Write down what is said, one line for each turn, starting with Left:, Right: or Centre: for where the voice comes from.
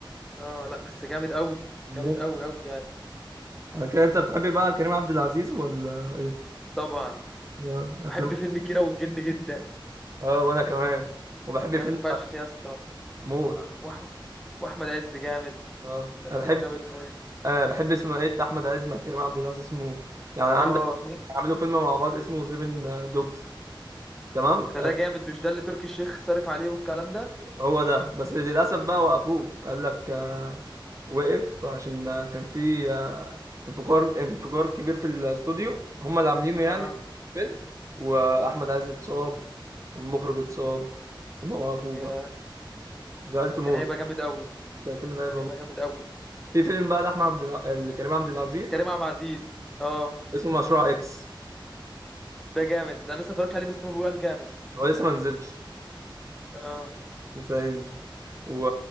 Centre: اه لا بس جامد قوي جامد
Right: مو-
Centre: قوي قوي يعني
Right: على كده انت بتحبي بقى كريم عبد العزيز ولا ايه
Centre: طبعا
Right: آه، افلام
Centre: بحب فيلم كيرة والجن جدا
Right: اه وانا كمان وبحب
Centre: جامد
Right: فيلم
Centre: فشخ يا اسطى
Right: موت
Centre: واحمد واحمد عز جامد
Right: اه
Centre: تمثيله
Right: انا بحب
Centre: جامد أوي.
Right: آه بحب اسمه ايه بتاع احمد عز مع كريم عبد العزيز موت يعني
Centre: اه
Right: عندك عملوا فيلم مع بعض اسمه سيفن دوجز تمام
Centre: ده ده جامد مش ده اللي تركي الشيخ صارف عليه والكلام ده
Right: هو ده بس للأسف بقى وقفوه قال لك آه، وقف عشان آه، كان في آه، انفجار انفجار كبير في الاستوديو هم اللي عاملينه يعني
Centre: اه
Right: فيلم وأحمد عز اتصاب والمخرج اتصاب هما وقفوه
Centre: يا
Right: بقى زعلت موت
Centre: كان هيبقى جامد قوي
Right: كان الفيلم ده هيبقى
Centre: كان هيبقى
Right: موت.
Centre: جامد قوي
Right: في فيلم بقى لأحمد عبد الع... آه، كريم عبد العزيز
Centre: كريم عبد العزيز اه
Right: اسمه مشروع إكس
Centre: ده جامد ده انا لسه اتفرجت عليه بس ما بيقول عليه جامد
Right: هو لسه ما نزلش
Centre: اه
Right: لسه هينزل و...